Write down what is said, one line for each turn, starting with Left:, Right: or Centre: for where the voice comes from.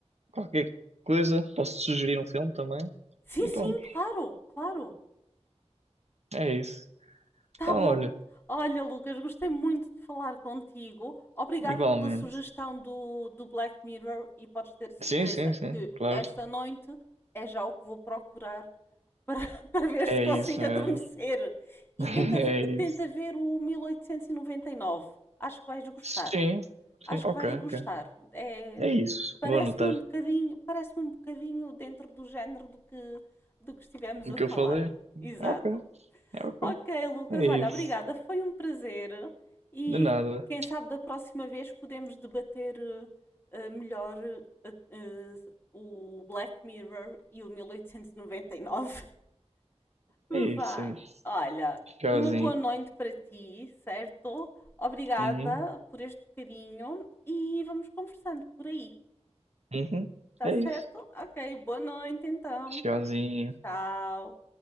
Right: Qualquer coisa, posso sugerir um filme também.
Left: Sim,
Right: E
Left: sim,
Right: pronto,
Left: claro, claro.
Right: é isso.
Left: Tá
Right: Então,
Left: bom.
Right: olha,
Left: Olha, Lucas, gostei muito de falar contigo. Obrigada
Right: igualmente.
Left: pela sugestão do, do Black Mirror e podes ter certeza
Right: Sim, sim, sim,
Left: que
Right: claro.
Left: esta noite é já o que vou procurar para, <laughs> para ver
Right: É
Left: se consigo
Right: isso mesmo.
Left: adormecer. E
Right: <laughs>
Left: tenta
Right: É
Left: ver, tenta
Right: isso.
Left: ver o mil oitocentos e e noventa e nove Acho que vais gostar.
Right: Sim,
Left: Acho
Right: sim, ok,
Left: que vais gostar.
Right: ok.
Left: É,
Right: É isso.
Left: parece-me
Right: Vou anotar
Left: um bocadinho, parece-me um bocadinho dentro do género do que, do que estivemos
Right: o
Left: a
Right: que
Left: falar.
Right: eu falei.
Left: Exato.
Right: Ok, é ok.
Left: Ok, Lucas,
Right: É
Left: olha,
Right: isso.
Left: obrigada, foi um prazer e
Right: De nada.
Left: quem sabe da próxima vez podemos debater eh, eh, melhor eh, eh, o Black Mirror e o 1899. <laughs>
Right: É isso,
Left: Vá,
Right: é isso.
Left: olha,
Right: Tchauzinho.
Left: uma boa noite para ti, certo? Obrigada
Right: Uhum,
Left: por este bocadinho e vamos conversando por aí,
Right: uhum.
Left: tá
Right: É
Left: certo?
Right: isso.
Left: Ok, boa noite então.
Right: Tchauzinho.
Left: Tchau.